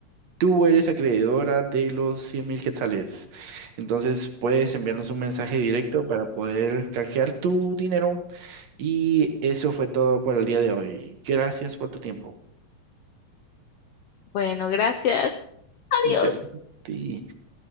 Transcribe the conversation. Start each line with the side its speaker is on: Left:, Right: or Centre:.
Right: Tú eres acreedora de los 100 mil quetzales. Entonces puedes enviarnos un mensaje directo para poder canjear tu dinero. Y eso fue todo por el día de hoy. Gracias por tu tiempo.
Left: Bueno, gracias. Adiós.
Right: Gracias a ti.